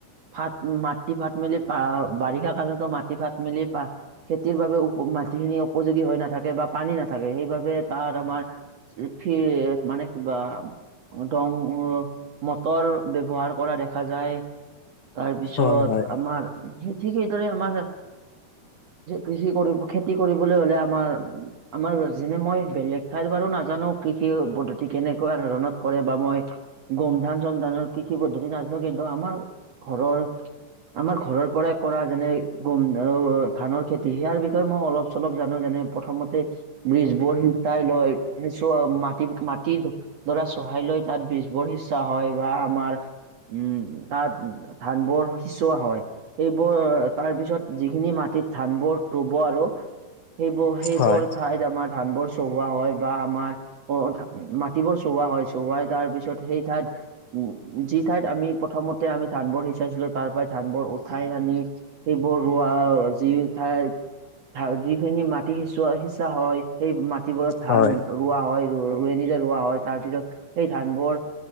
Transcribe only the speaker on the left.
হয় হয়
হয়
হয়